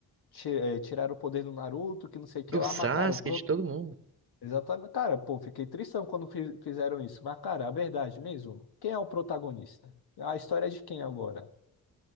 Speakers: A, on the left (about 75°); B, on the right (about 35°).
A: ti- eh, tiraram o poder do Naruto, que não sei o que
B: Do
A: lá,
B: Sasuke,
A: mas cara, o pro-
B: de todo mundo.
A: exatamente, cara, pô, fiquei tristão quando fi- fizeram isso. Mas, cara, a verdade mesmo, quem é o protagonista? A história é de quem agora?